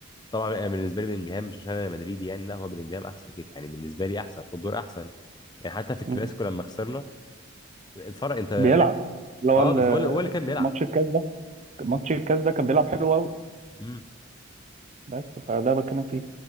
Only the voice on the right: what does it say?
مم.
بيلعب اللي هو
ال-
ماتش الكاس ده ماتش الكاس ده كان بيلعب حلو قوي
بس فده بتكلم فيه